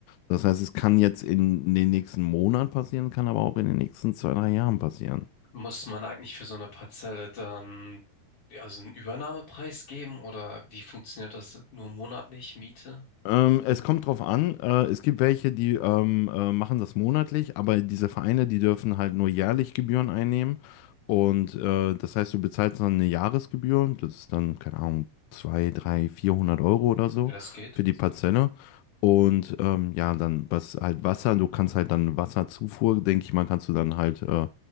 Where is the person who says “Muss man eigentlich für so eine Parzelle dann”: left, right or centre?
Left